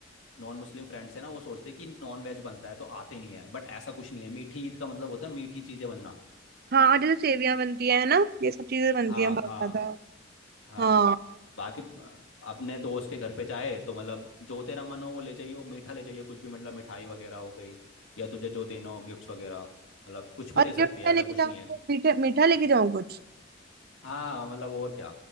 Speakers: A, on the left; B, on the right.
A: नॉन मुस्लिम फ्रेंड्स हैं ना वो सोचते हैं कि नॉन वेज बनता है तो आते नहीं है बट ऐसा कुछ नहीं है मीठी ईद का मतलब होता है मीठी चीज़ें बनना
B: हाँ और जैसे सेवियां बनती है ना ये सब चीजें बनती
A: हाँ
B: हैं बहुत
A: हाँ
B: ज्यादा
A: हाँ
B: हाँ
A: बाकी अ, अपने दोस्त के घर पे जाए तो मतलब जो तेरा मन हो वो ले जाइयो मीठा ले जाइयो कुछ भी मतलब मिठाई वगैरह हो गई या तुझे जो देना हो गिफ्ट्स वगैरह मतलब कुछ भी
B: और
A: दे सकती
B: गिफ्ट क्या
A: है ऐसा
B: लेके
A: कुछ
B: जाऊँ
A: नहीं है
B: मीठा मीठा लेके जाऊँ कुछ
A: हाँ मतलब और क्या